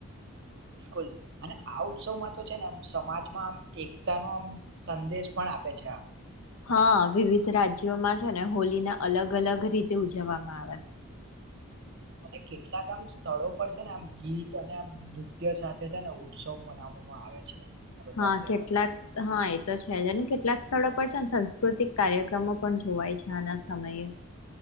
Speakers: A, on the right (about 55°); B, on the left (about 80°).
A: બિલકુલ અને આ ઉત્સવમાં તો છે ને એમ સમાજમાં આમ એકતા નો આમ સંદેશ પણ આપે છે
B: હા વિવિધ રાજ્યોમાં છે ને હોલીને અલગ અલગ રીતે ઉજવવામાં આવે
A: અને કેટલાક આમ સ્થળો પર છે ને આમ ગીત અને આમ નૃત્ય સાથે છે ને ઉત્સવ મનાવ આવે છે આ બધા
B: હા
A: તહેવારો
B: કેટલાક હા એ તો છે છેજને કેટલાક સ્થળો પર છે સાંસ્કૃતિક કાર્યક્રમો પણ જોવાય છે આના સમયે હમ